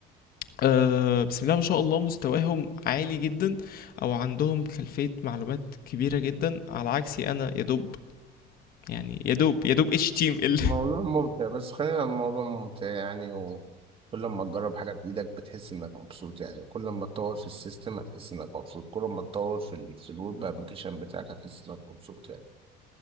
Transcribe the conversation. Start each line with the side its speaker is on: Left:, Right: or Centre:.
Left: آه، بسم الله ما شاء الله مستواهم عالي جدا او عندهم خلفية معلومات كبيرة جدا على عكسي انا يا دوب يعني يا دوب يا دوب اتش تيم ال
Right: الموضوع ممتع بس خلينا الموضوع ممتع يعني وكل ما تجرب حاجة بإيدك بتحس إنك مبسوط يعني كل ما تطور في السيستم هتحس إنك مبسوط كل ما تطور في ال في الويب أبلكيشن بتاعك هتحس إنك مبسوط يعني